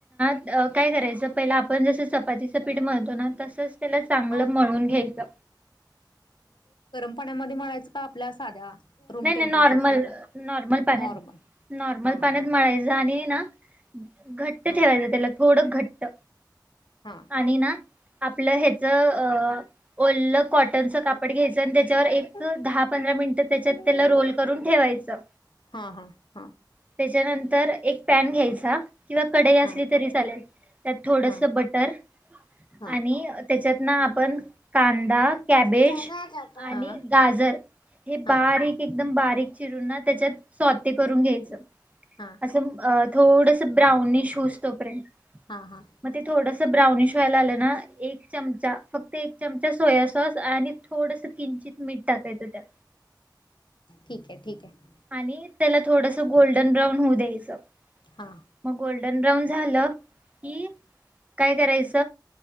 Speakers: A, on the right (about 20°); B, on the left (about 80°).
A: <unintelligible> काय करायचं पहिलं, आपण जसं चपातीचं पीठ मळतो तो ना, तसंच
B: <unintelligible>
A: त्याला चांगलं मळून घ्यायचं
B: पाण्यामध्ये मळायचे का? आपल्या साध्या? रूम
A: नाही
B: टेम्परेचरच
A: नाही नॉर्मल, नॉर्मल पाण्यात,
B: नॉर्मल
A: नॉर्मल
B: हा
A: पाण्यात मळायचे आणि ना घट्ट
B: हा
A: ठेवायचं त्याला थोडं घट्ट
B: हा
A: आणि ना आपलं हेच अ ओल्लं कॉटनचं कापड घ्यायचं आणि तेच्यावर एक
B: हा
A: दहा पंधरा मिनिटं तेच्यात
B: पुलमेंदी
A: तेला रोल करून ठेवायच. त्या
B: हा हा हा
A: त्याच्यानंतर एक पॅन घ्यायचा किंवा कडई असली
B: हा
A: तरी चालेल, त्यात थोडस
B: हा
A: बटर,
B: हा
A: आणि तेच्यात ना आपण कांदा, कॅबेज
B: त्याला रबर
A: आणि
B: हा
A: गाजर हे
B: हा
A: बारीक एकदम बारीक चिरून ना, तेच्यात स्वाते करून घ्यायचं.
B: हा
A: असं म अ थोडस ब्राऊनीश होवूसतोपर्यंत
B: हा हा
A: म ते थोडस ब्राउनिश व्हायला आलं ना, एक चमचा, फक्त एक चमचा सोया सॉस आणि थोडस किंचित मीठ टाकायचं त्यात
B: ठीक आहे ठीक आहे.
A: आणि त्याला थोडस गोल्डन ब्राऊन होऊ द्यायचं.
B: हा
A: मग गोल्ड गोल्डन ब्राऊन झालं कि काय करायचं?